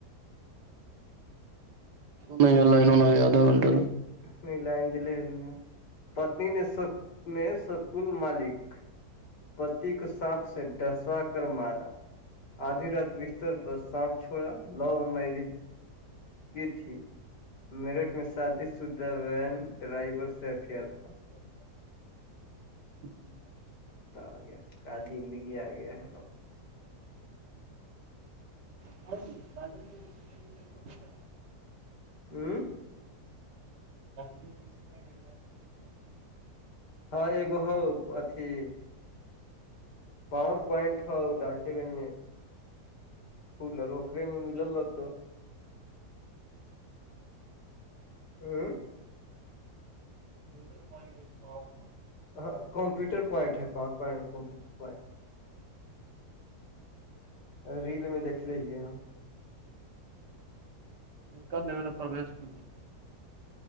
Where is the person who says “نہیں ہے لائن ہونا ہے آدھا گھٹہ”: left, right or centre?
Right